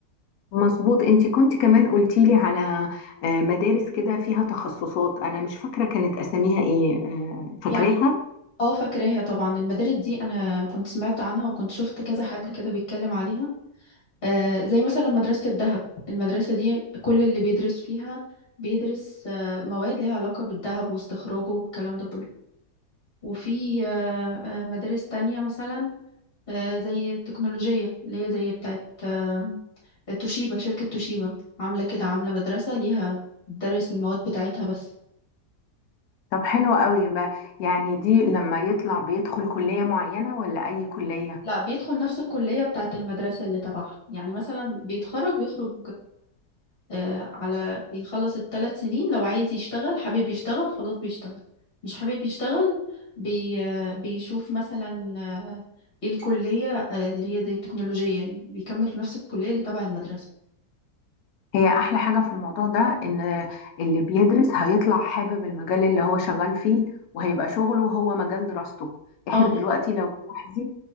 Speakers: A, on the left; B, on the left.
A: مظبوط انت كنت كمان قلتي لي على آه، مدارس كده فيها تخصصات انا مش فاكره كانت اساميها ايه آه، فاكراها
B: يعني اه فاكراها طبعا المدارس دي انا كنت سمعت عنها وكنت شفت كذا حد كده بيتكلم عليها آه، زي مثلا مدرسة الذهب المدرسة دي كل اللي بيدرس فيها بيدرس آه، مواد ليها علاقة بالذهب واستخراجه والكلام ده كله وفي آه، آه، مدارس تانية مثلا آه، زي التكنولوجية اللي هي زي بتاعت آه، توشيبا شركة توشيبا عاملة كده عاملة مدرسة ليها بتدرس المواد بتاعتها بس
A: طب حلوة قوي بقى يعني دي لما يطلع بيدخل كليه معينه ولا اي كليه
B: لا بيدخل نفس الكلية بتاعت المدرسة اللي تبعها يعني مثلا بيتخرج بيخرج آه، على يخلص الثلاث سنين لو عايز يشتغل حابب يشتغل خلاص بيشتغل مش حابب يشتغل بي آه، بيشوف مثلا آه، ايه الكلية آه، اللي هي زي التكنولوجية يعني بيكمل في نفس الكلية اللي تبع المدرسة
A: هي احلى حاجة في الموضوع ده ان اللي بيدرس هيطلع حابب المجال اللي هو شغال فيه وهيبقى شغله هو مجال دراسته احنا
B: اه
A: دلوقتي لو تلاحظي